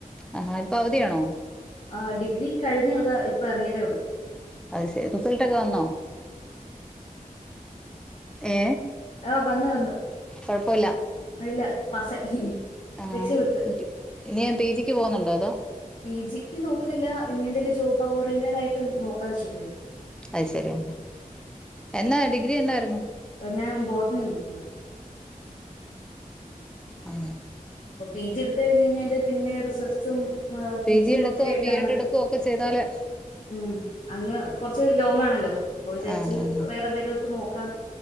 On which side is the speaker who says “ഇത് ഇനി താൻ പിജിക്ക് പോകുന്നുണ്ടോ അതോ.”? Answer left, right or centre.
Centre